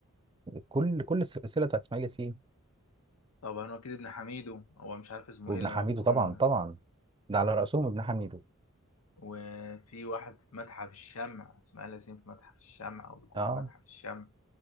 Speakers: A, on the right; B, on the left.
A: كل كل السلسله بتاعت اسماعيل ياسين
B: طبعا وكيل ابن حميدو هو مش عارف اسمه
A: وابن
B: ايه اللي
A: حميدو
B: هو بيكون
A: طبعا طبعا ده على راسهم ابن حميدو
B: وفي واحد في متحف الشمع اسماعيل ياسين في متحف الشمع او بيكون
A: اه
B: في متحف الشمع